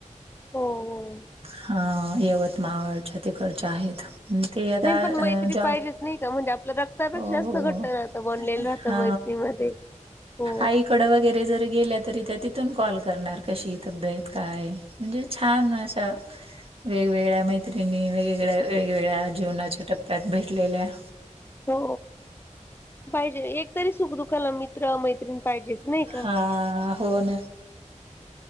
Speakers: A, on the left (about 15°); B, on the right (about 45°).
A: हो. हो.
B: हा यवतमावळच्या तिकडच्या आहेत. ते आता
A: नाही पण मैत्री
B: अ <inaudible> जॉ
A: पाहिजेच नाही का म्हणजे आपल्या रक्तापेक्षा
B: हो.
A: जास्त घट्ट राहतं बनलेलं राहतं
B: हा
A: मैत्रीमध्ये हो
B: आईकड वगैरे जर गेल्या <inaudible> त त्या तिथून कॉल करणार कशी तब्येत काय म्हणजे छान अस. वेगवेगळ्या मैत्रिणी वेगगळ्या, वेगवेगळ्या जीवनाच्या टप्प्या त्यात भेटलेल्या <inaudible> आहे
A: हो पाहिजे, एकतरी सुख दुखाला मी त मैत्रीिण पाहिजेच नाही का.
B: हां, हो ना.